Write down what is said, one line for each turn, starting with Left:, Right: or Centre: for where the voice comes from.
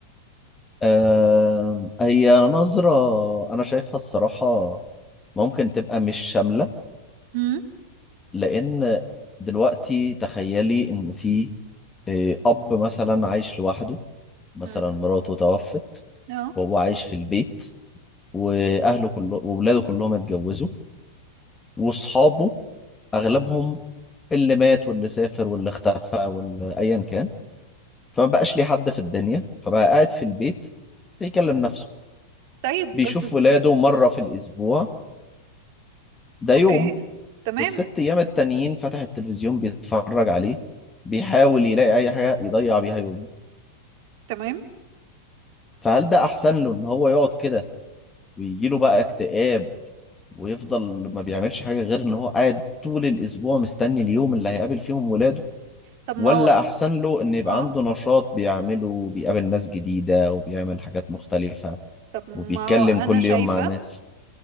Left: آه هي نظرة انا شايفها الصراحة ممكن تبقى مش شاملة
Right: امم
Left: لان دلوقتي تخيلي ان في آه، اب مثلا عايش لوحده مثلا
Right: امم
Left: مراته توفت
Right: اه
Left: وهو عايش في البيت واهله كله وولاده كلهم اتجوزوا واصحابه اغلبهم اللي مات واللي سافر واللي اختفى واللي ايا كان فما بقاش ليه حد في الدنيا فبقى قاعد في البيت بيكلم نفسه
Right: طيب
Left: بيشوف
Right: بس
Left: ولاده مرة في الأسبوع ده يوم
Right: اوكي تمام
Left: والست أيام التانيين فتح التلفزيون بيتفرج عليه بيحاول يلاقي أي حاجة يضيع بيها يومه
Right: تمام
Left: فهل ده أحسن له إن هو يقعد كده ويجيله بقى اكتئاب ويفضل ما بيعملش حاجة غير إن هو قاعد طول الأسبوع مستني اليوم اللي هيقابل فيهم ولاده
Right: طب ما
Left: ولا
Right: هو
Left: أحسن له إن يبقى
Right: اه
Left: عنده نشاط بيعمله وبيقابل ناس جديدة وبيعمل حاجات مختلفة
Right: طب ما
Left: وبيتكلم
Right: هو انا
Left: كل
Right: شايفه
Left: يوم مع ناس